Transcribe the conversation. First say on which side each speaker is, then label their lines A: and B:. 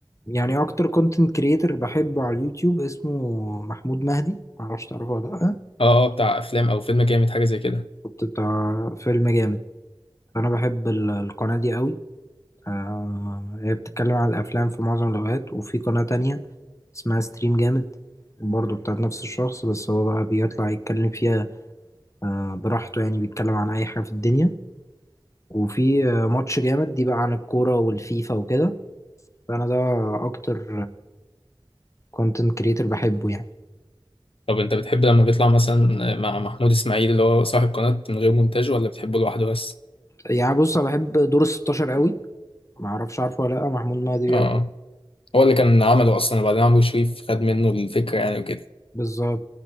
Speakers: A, on the left; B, on the left.
A: يعني اكتر كونتنت كريتور بحبه على اليوتيوب اسمه محمود مهدي معرفش تعرفه ولا لا
B: اه اه بتاع افلام او فيلم جامد حاجه زي كده
A: كنت بتاع فيلم جامد فانا بحب ال- القناه دي قوي آه، هي بتتكلم عن الافلام في معظم الاوقات وفي قناه تانية اسمها ستريم جامد برضه بتاعت نفس الشخص بس هو بقى بيطلع يتكلم فيها آه، براحته يعني بيتكلم عن أي حاجة في الدنيا وفي آه، ماتش جامد دي بقى عن الكورة والفيفا وكده فأنا ده أكتر كونتنت كريتور بحبه يعني
B: طب انت بتحب لما بيطلع مثلا مع محمود اسماعيل اللي هو صاحب قناه من غير مونتاج ولا بتحبه لوحده بس
A: يعني بص أنا بحب دور الستاشر قوي معرفش عارفه ولا لأ محمود مهدي بيعمل
B: اه آه. هو اللي كان عمله اصلا وبعدين عمرو شريف خد منه الفكره يعني وكده
A: بالظبط